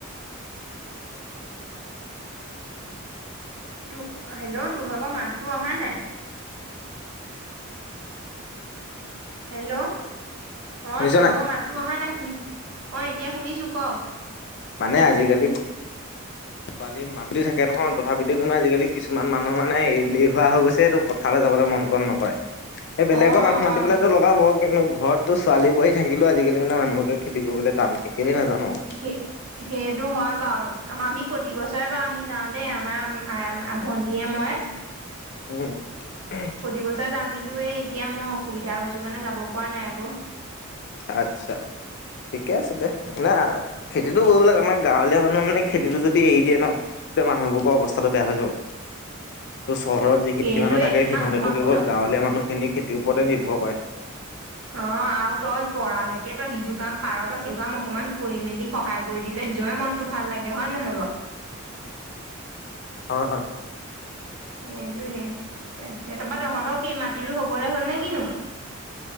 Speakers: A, on the right (about 75°); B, on the left (about 55°).
A: তো হেল্ল'? তোৰ ভাগৰ মাতটো অহা নাই? হেল্ল'? অ',
B: শুনিছ
A: তোৰ
B: নাই
A: ভাগৰ মাতটো অহা নাই, শুনি অ', এতিয়া শুনিছো ক'?
B: মানে আজিকালি পোৱালি <unintelligible> থাকে নহয়, তথাপিতো কোনো আজিকালি কিছুমান মানুহ মানে এলেহৱা হোৱা হৈ গৈছে <unintelligible> পথাৰলৈ যাবলৈ মন কণ নকৰে। এই বেলেগৰ
A: অ
B: মানুহ মাতি
A: অ
B: পেলাইতো <unintelligible> <unintelligible> কিন্তু ঘৰততো ছোৱালী-বোৱাৰী থাকিলো, আজিকালি মানুহকে খেতি কৰিবলৈ টান <unintelligible> কেলে নাজানো।
A: <unintelligible> সেইটো হয় বাৰু, আমি প্ৰতি বছৰে বাৰু আমি যাওঁ দেই আমাৰ <unintelligible> ভণ্টিয়ে মই।
B: উম, <unintelligible>
A: প্ৰতি বছৰে যাওঁ, কিন্তু এই এতিয়া মই অসুবিধা হৈছো কাৰণে যাব পৰা নাই আকৌ।
B: আচ্ছা, ঠিকে আছে দে। মানে, খেতিটো কৰিব লাগে আমাক গাঁৱলীয়া মানুহ মানে খেতিটো যদি এৰি দিয়ে নহ, তেতিয়া মানুহবোৰৰ অৱস্থাটো বেয়া হৈ যাব। ত' চহৰত যিখিনি
A: সেইটোৱে
B: মানুহ থাকে, সিহঁতেতো
A: নহয়
B: কেৱল গাঁৱলীয়া মানুহখিনি খেতিৰ ওপৰতে নিৰ্ভৰ কৰে।
A: অ', আৰু তই পৰালৈকে তই যিটো কাম পাৰ' তই সেইটো কাম অকমান কৰি মেলি সহায় কৰি দিলে নিজৰে মনটো ভাল লাগে, হয় নে নহয় বাৰু?
B: হয়, হয়।
A: সেইটোয়ে কে তাপা তহঁত মাটিৰো হবলৈ হ'ল নে কিনো।